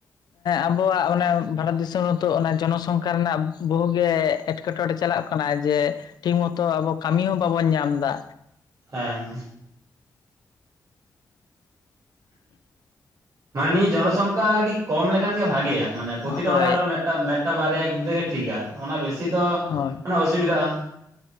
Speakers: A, on the left; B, on the right.
A: ᱟᱵᱚᱣᱟᱜ ᱚᱱᱮ ᱵᱷᱟᱨᱚᱛ ᱫᱤᱥᱚᱢ ᱱᱤᱛᱚᱜ ᱚᱱᱟ ᱡᱚᱱᱚᱥᱚᱝᱠᱷᱟ ᱨᱮᱱᱟᱜ ᱵᱚᱦᱩᱜ ᱜᱮ ᱮᱸᱴᱠᱮᱴᱚᱬᱮ ᱪᱟᱞᱟᱜ ᱠᱟᱱᱟ ᱡᱮ ᱴᱷᱤᱠ ᱢᱚᱛᱚ ᱟᱵᱚ ᱠᱟᱹᱢᱤ ᱦᱚᱸ ᱵᱟᱵᱚᱱ ᱧᱟᱢ ᱮᱫᱟᱹ᱾
B: ᱦᱮᱸ ᱢᱟᱱᱮ ᱱᱤᱭᱟᱹ ᱡᱚᱱᱚᱥᱚᱝᱠᱷᱟ ᱠᱟᱹᱴᱤᱡ ᱠᱚᱢ ᱞᱮᱠᱷᱟᱱ ᱜᱮ ᱵᱷᱟᱜᱮᱭᱟ ᱢᱟᱱᱮ ᱯᱨᱚᱛᱤᱴᱟ
A: ᱦᱳᱭ
B: ᱚᱲᱟᱜ ᱨᱮ ᱢᱮᱫᱴᱟᱝ ᱵᱟᱨᱭᱟ ᱜᱤᱫᱽᱨᱟᱹ ᱜᱮ ᱴᱷᱤᱠᱟᱹ ᱚᱱᱟ ᱵᱮᱥᱤ ᱫᱚ
A: ᱦᱳᱭ
B: ᱢᱟᱱᱮ ᱚᱥᱩᱵᱤᱫᱟᱜ-ᱟ᱾